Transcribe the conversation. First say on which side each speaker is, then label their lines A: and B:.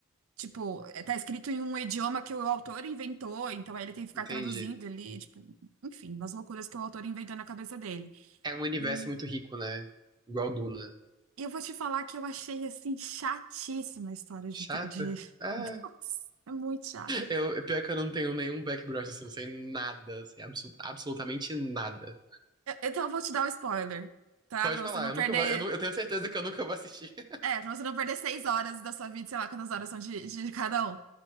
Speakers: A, on the right; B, on the right.
A: tipo é, tá escrito em um idioma que o autor inventou, então aí ele tem que ficar
B: entendi.
A: traduzindo ali, tipo, enfim, umas loucuras que o autor inventou na cabeça dele.
B: É um universo
A: Hum.
B: muito rico, né? Igual Duna.
A: E eu vou te falar que eu achei assim chatíssima a história de,
B: Chata?
A: de...
B: Ah,
A: <laughs> Nossa, é muito chato.
B: eu, é pior que eu não tenho nenhum background assim, não sei nada, sei absu- absolutamente nada.
A: Eu- Então eu vou te dar um spoiler, tá?
B: Pode
A: Pra
B: falar,
A: você não
B: eu
A: perder.
B: nunca vou, eu, nu- eu tenho certeza que eu nunca vou assistir. <laughs>
A: É, pra você não perder seis horas da sua vida, sei lá quantas horas são de, de cada um.